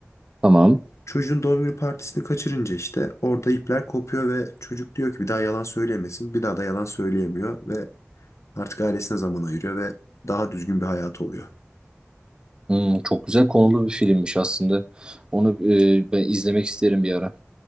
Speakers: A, on the right; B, on the left.
A: Tamam.
B: Çocuğun doğum günü partisini kaçırınca işte orada ipler kopuyor ve çocuk diyor ki bir daha yalan söylemesin. Bir daha da yalan söyleyemiyor ve artık ailesine zaman ayırıyor ve daha düzgün bir hayatı oluyor.
A: Hmm, çok güzel konulu bir filmmiş aslında. Onu e, ben izlemek isterim bir ara.